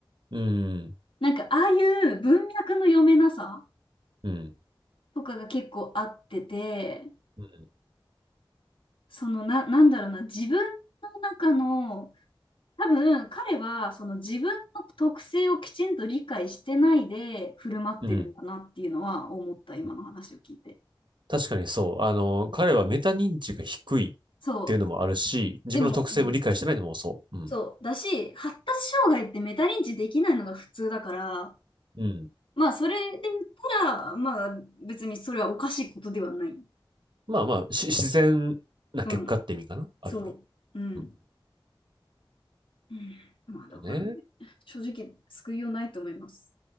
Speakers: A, on the right; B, on the left.
A: うん。
B: なんかああいう文脈の読めなさ
A: うん。
B: とかが結構あってて、
A: うん。
B: そのな、なんだろうな、自分の中の多分彼はその自分の特性をきちんと理解してないで振る舞ってるんだなっていうのは思った今の話を聞いて。
A: うん。うん確かにそう。あの、彼はメタ認知が低いっ
B: そ
A: ていうのもあるし、自分の特性も理解してないのもそう。
B: う。でも、うん
A: うん。
B: そうだし発達障害ってメタ認知できないのが普通だから
A: うん。
B: まあそれで言ったらまあ別にそれはおかしいことではない。
A: まあまあ、し自然な結果って意味かな。
B: うん。
A: ある意味。
B: そう。うん。
A: うん。
B: うん、まあだからね
A: とね。
B: 正直救いようないと思います。